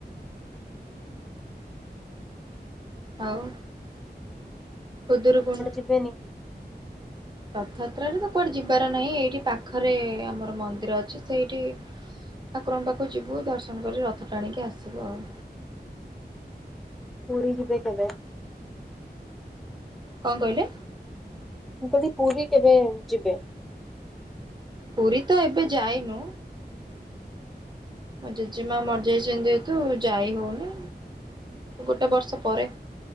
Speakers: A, on the right; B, in the centre.
A: ଆଉ ଖୁଦୁରୁକୁଣି।
B: ହେବେନି।
A: ରଥଯାତ୍ରାରେ ତ କୁଆଡେ ଯିବାର ନାହିଁ ଏଇଠି ପାଖରେ ଆମର ମନ୍ଦିର ଅଛି ସେଇଠି। ଠାକୁରଙ୍କ ପାଖୁ ଯିବୁ ଦର୍ଶନ କରି ରଥ ଟାଣିକି ଆସିବୁ ଆଉ।
B: ପୁରୀ ଯିବ କେବେ?
A: କଁ କହିଲ?
B: ମୁ କହିଲି ପୁରୀ କେବେ ଯିବେ?
A: ପୁରୀ ତ ଏବେ ଯାଇନୁ। ମୋ ଜେଜେମା ମରିଯାଇଛନ୍ତି ଯେହେତୁ ଯାଇ ହଉନି ଗୋଟେ ବର୍ଷ ପରେ।